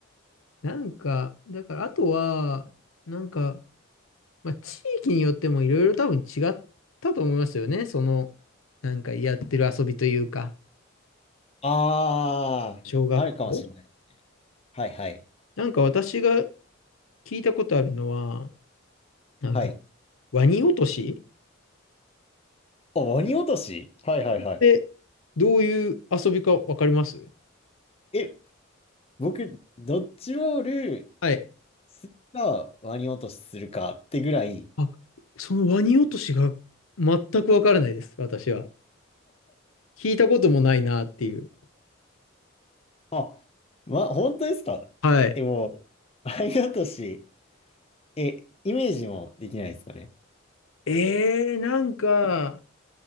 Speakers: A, on the left (about 75°); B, on the left (about 30°).
A: なんか、だから、あとは、なんか、まあ、地域によってもいろいろ多分違ったと思いますよね。その、なんかやってる遊びというか、
B: ああ、
A: 小学校。
B: あるかもしれない。はいはい。
A: なんか私が聞いたことあるのは、あの、
B: はい。
A: ワニ落とし
B: お、鬼落としはいはいはい。
A: で、どういう遊びかわかります
B: え、僕、ドッジボール
A: はい。
B: するか、ワニ落としするかってぐらい、
A: あ、そのワニ落としが全くわからないです、私は。聞いたこともないなっていう。
B: あ、ま、本当ですかえ、
A: はい。
B: もう、ワニ落とし。え、イメージもできないですかね。
A: えー、なんか、